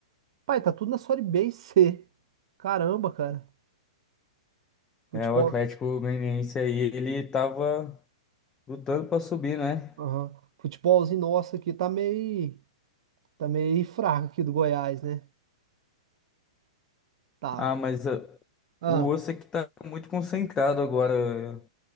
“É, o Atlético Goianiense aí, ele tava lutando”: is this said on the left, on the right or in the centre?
Left